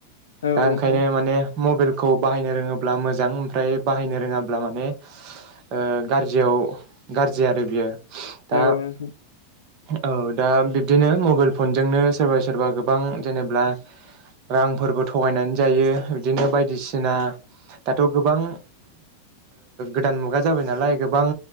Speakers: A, on the left (about 65°); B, on the right (about 40°).
A: औ
B: दा
A: नोंथां
B: ओंखायनो माने मबाइलखौ बाहायनो रोङोब्ला मोजां ओमफ्राय बाहायनो रोङाब्ला माने ओ गाज्रियाव औ गाज्रि आरो बियो दा
A: औ नोंथां
B: औ दा बिब्दिनो मबाइल फनजोंनो सोरबा सोरबा गोबां जेनेब्ला रांफोरबो थगायनानै जायो। बिदिनो बायदिसिना दाथ' गोबां गोदान मुगा जाबाय नालाय गोबां